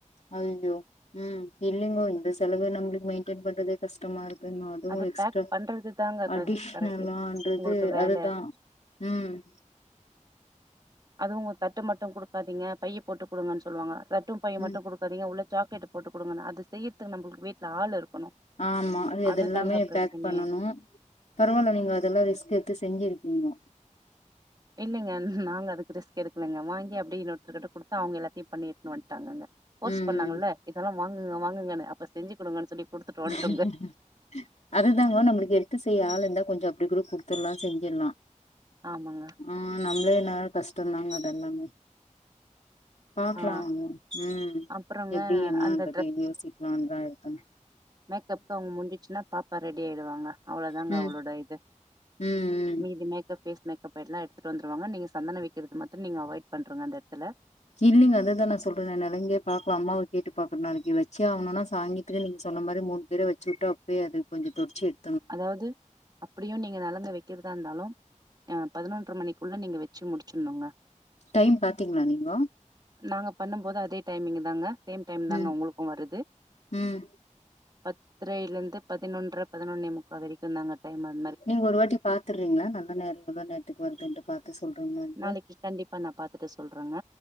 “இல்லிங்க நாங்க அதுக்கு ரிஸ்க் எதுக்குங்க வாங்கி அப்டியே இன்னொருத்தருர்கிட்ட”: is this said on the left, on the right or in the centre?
Right